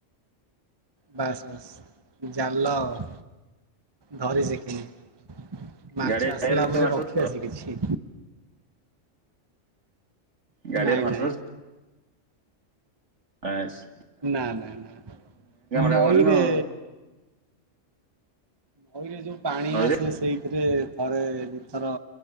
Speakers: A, on the right (about 20°); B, on the right (about 65°).
A: ବାସ୍ ବାସ୍ ଜାଲ ଆ ଧରିଛି କିିନି ମାଛ
B: ଗାଡିଆ
A: ଆସିଲା
B: ଗାଡିଆରେ କେବେ
A: ପରେ
B: ମାଛ ଧରିଛ
A: ରଖି ଆସି କିଛି
B: ଗାଡିଆରେ
A: ନାଇଁ
B: ମାଛ
A: ନାଇଁ
B: ଆସ୍।
A: ନା ନା ନା ନଈରେ
B: ଟା କରିନ ଆଉ
A: ହଉ ଯ ପାଣି
B: ନଈରେ
A: ଆସେ ସେଇଥି ଥରେ ଦ ଥର